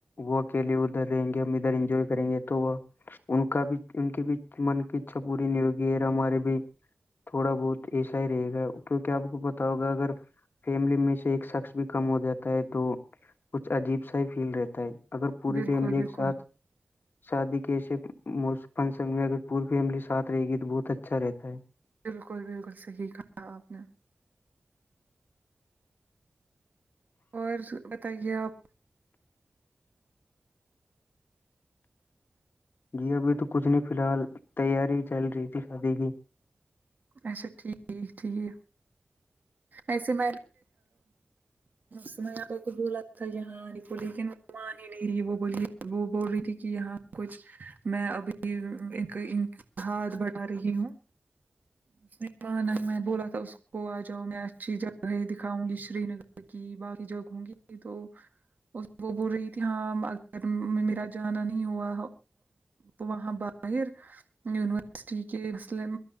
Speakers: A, on the left; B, on the right.
A: وہ اکیلے ادھر رہیں گے ہم ادھر انجوائے کریں گے تو وہ ان کا بھی ان کے بھی من کی اچھا پوری نہیں ہوگی اور ہمارے بھی تھوڑا بہت ایسا ہی رہے گا کیوںکہ آپ کو پتا ہوگا اگر فیملی میں سے شخص بھی کم ہو جاتا ہے تو کچھ عجیب سا ہی فیل رہتا ہے اگر پوری
B: بالکل
A: فیملی ایک
B: بالکل
A: ساتھ شادی کے ایسے فنسن میں اگر پوری فیملی ساتھ رہے گی تو بہت اچھا رہتا ہے
B: بالکل بالکل صحیح کہا آپ نے اور بتائیے آپ
A: جی ابھی تو کچھ نہیں فی الحال تیاری چل رہی تھی شادی کی
B: اچھا ٹھیک ٹھیک ایسے میں س میںپ ک بولا تھا یہاں لیکن مان ہی نہیں رہی وہ بلی وہ بول رہی تھی کہ یہاں کچھ میں ابھی انتاد بٹا رہی ہوں اس نے کہ نہیں میں بولا تھا اس کو آج جو میں اچھی جگہ ہی دکھاؤں گی سری نگر کی باقی جگہ ہوں گی تو وہ بول رہی تھی ہاں اگر میرا جانا نہیں ہوا وہاں باہر یونیورسٹی کے ملم